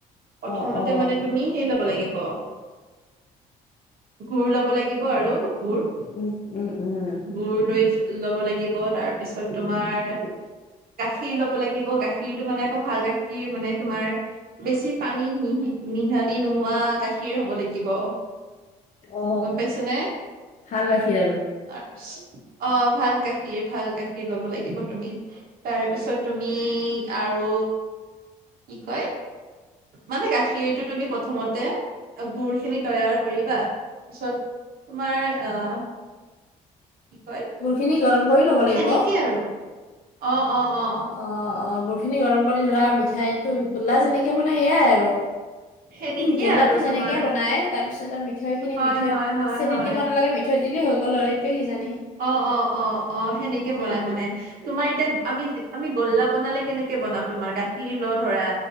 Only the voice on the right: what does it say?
প্ৰথমতে
মানে তুমি সেই ল'ব লাগিব। গুৰ ল'ব লাগিব আৰু গুৰ
গুৰ লৈ-ল'ব লাগিব, তাৰপিছত তোমাৰ গাখীৰ ল'ব লাগিব, গাখীৰটো মানে আকৌ ভাল গাখীৰ মানে তোমাৰ বেছি পানী মিহ-মিহালি নোহোৱা গাখীৰ হ'ব লাগিব।
গম পাইছ' নে?
<unintelligible> অ' ভাল গাখীৰ, ভাল গাখীৰ। খিৰ ল'ব লাগিব তুমি। তাৰ পিছত তুমি আৰু কি কয়! মানে গাখীৰটো তুমি প্ৰথমতে, গুৰ খিনি তৈয়াৰ কৰিবা। পিছত তোমাৰ, আহ কি কয়?
সেনেকেই আৰু অ', অ', অ'।
সেনেকেই
আৰু
তোমাৰ
হয়
হয় হয়
হয়
অ' অ' অ' অ', সেনেকে
বনাই মানে। তোমাৰ এতিয়া আমি-আমি গোল্লা বনালে কেনেকে বনাও তোমাৰ, গাখীৰ লওঁ ধৰা।